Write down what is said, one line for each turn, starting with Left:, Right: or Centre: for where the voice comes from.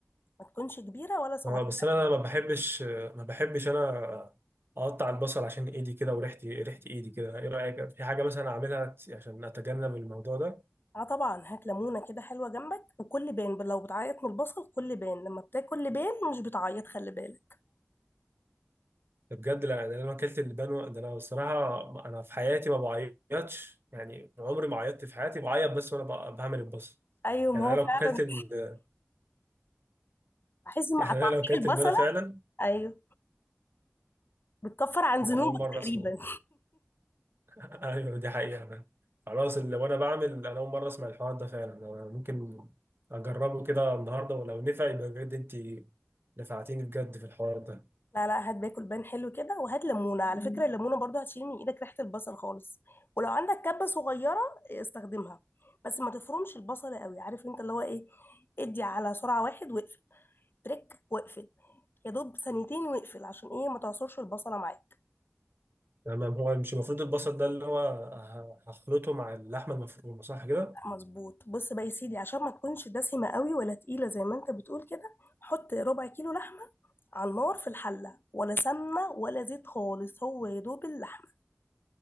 Left: ما تكونش كبيره ولا صغيره
Right: اه بس انا ما بحبش ما بحبش انا اقطع البصل عشان ايدي كده وريحتي ريحه ايدي كده ايه رايك في حاجه مثلا اعملها ت- عشان اتجنب الموضوع ده
Left: اه طبعا هات ليمونه كده حلوه جنبك وكل بان لو بتعيط من البصل كل بان لما بتاكل لبان مش بتعيط خلي بالك
Right: ده بجد لا ده انا لو اكلت اللبان و- ده انا الصراحه انا في حياتي ما بعيطش يعني عمري ما عيطت في حياتي بعيط بس وانا ب- بعمل البصل
Left: ايوه
Right: يعني
Left: ما
Right: انا
Left: هو
Right: لو
Left: فعلا
Right: اكلت ال...
Left: بحس
Right: <laughs>
Left: مع
Right: يعني
Left: تقطيع
Right: انا لو اكلت
Left: البصله
Right: اللبانه فعلا
Left: ايوه بتكفر عن
Right: ده
Left: ذنوبك
Right: أنا اول مره
Left: تقريبا
Right: اسمع <laughs> ايوه دي حقيقة فعلا. خلاص اللي وانا بعمل انا اول مرة اسمع الحوار ده فعلا انا ممكن اجربه كده النهاردة ولو نفع يبقى بجد انت نفعتيني بجد في الحوار ده
Left: لا لا هات باكل بان حلو كده وهات ليمونه على فكره مم. الليمونه برضو هتشيل من ايدك ريحه البصل خالص ولو عندك كبه صغيره استخدمها بس ما تفرمش البصل قوي عارف انت اللي هو ايه ادي على سرعه واحد واقفل تريك واقفل يا دوب ثانيتين واقفل عشان ايه ما تعصرش البصله معاك
Right: تمام هو مش المفروض البصل ده اللي هو ه- هخلطه مع اللحمة المفرومة صح كده؟
Left: مظبوط بص بقى يا سيدي عشان ما تكونش دسمه قوي ولا تقيله زي ما انت بتقول كده حط ربع كيلو لحمه على النار في الحله ولا سمنه ولا زيت خالص هو يا دوب اللحمه